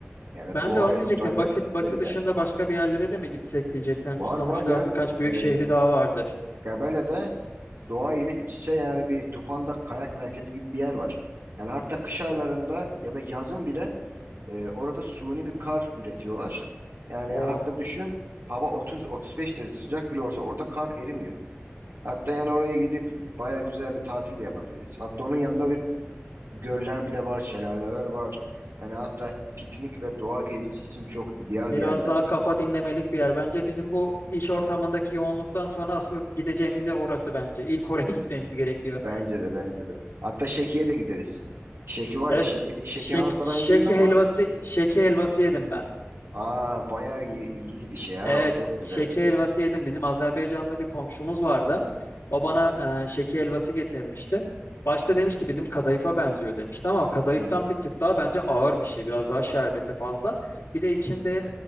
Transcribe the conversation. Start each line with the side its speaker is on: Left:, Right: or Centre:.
Right: Yani
Left: Ben
Right: doğa,
Left: de onu diyecektim.
Right: doğayla
Left: Bakü,
Right: iç
Left: Bakü
Right: içe bir
Left: dışında
Right: yer.
Left: başka bir yerlere de mi gitsek diyecektim.
Right: Var
Left: Sonuçta
Right: var ya
Left: birkaç büyük
Right: e,
Left: şehri daha vardır.
Right: Gebele'de doğa ile iç içe yani bir Tufan'da kayak merkezi gibi bir yer var. Yani hatta kış aylarında ya da yazın bile Ee, orada suni bir kar üretiyorlar. Yani
Left: Oo,
Right: hatta düşün hava 30-35 derece sıcak bile olsa orada kar erimiyor. Hatta yani oraya gidip baya güzel bir tatil de yapabiliriz. Hatta onun yanında bir göller bile var, şelaleler var. Yani hatta piknik ve doğa gezisi için çok ideal
Left: biraz
Right: bir yerler.
Left: daha kafa dinlemelik bir yer. Bence bizim bu iş ortamındaki yoğunluktan sonra asıl gideceğimiz yer orası bence. İlk oraya <laughs> gitmemiz gerekiyor.
Right: Bence de bence de. Hatta Şeki'ye de gideriz. Şeki var
Left: Evet.
Right: ya Şeki, Şeki
Left: Şek,
Right: Han Sarayı'nı
Left: şeki
Right: duydun
Left: helvası,
Right: mu?
Left: şeki helvası yedim ben.
Right: Aa bayağı iyi, iyi bir şey ya
Left: Evet,
Right: o. Çok güzel
Left: şeke
Right: bir şey.
Left: helvası yedim. Bizim Azerbaycanlı bir komşumuz vardı. O bana e, şeke helvası getirmişti. Başta demişti bizim kadayıfa benziyor demişti ama o kadayıftan
Right: Hı.
Left: bir tık daha bence ağır bir şey. Biraz daha şerbeti fazla. Bir de içinde